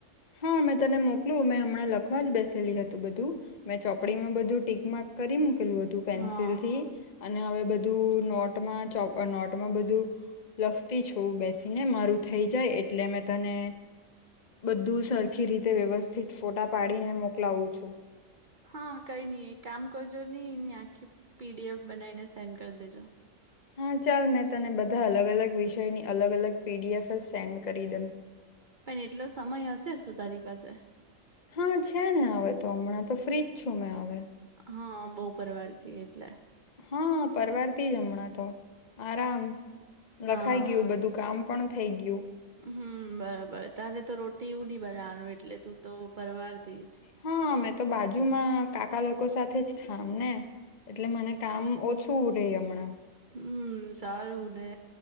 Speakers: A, on the left; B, on the right.
A: હા મેં તને મોકલુ મેં હમણાં લખવા જ બેસેલી હતું બધું મેં ચોપડીમાં બધું ટીક માક કરી મૂકેલું હત તુ પેન્સિલ
B: હા
A: થી અને હવે બધું નોટમાં ચોપ અ નોટમાં બધ ધુ લખતી છું બેસીને મારું થઈ જાય એટલે મે ત ને બધું સરખી રીતે વ્યવસ્થિત ફોટા પાડીને મોક કલાવું છું.
B: હા કઈ ની એક કામ કરજો ની એની આખી પીડીએફ બનાવીને સેન્ડ કર દેજો.
A: હા ચાલ મેં તને બધા અલગ અલગ વિષ ષય ની અલગ અલગ પીડીએફ જ સેન્ડ કરી દેમ.
B: પણ એટલો સમય હશે શું તારી પાસે?
A: હા છે ને હવે તો હમણાં તો ફ્રીજ છું મેં હવે.
B: હા બોહ પરવારથી એટલે.
A: હા પરવારતી જ હમણાં તો આરામ
B: હા.
A: ખાઈ ગયું બધું કામ પણ થઈ ગયું.
B: હમ બરાબર તારે તો રોટી એવુ ની બનાવાનું એટલે તું તો પરવારતી જ.
A: હા મે તો બાજુમાં કાકા લોકો સાથે જ ખામ ને એટલે મને કામ ઓછું રે હમણાં.
B: હમ્મ સારું રે.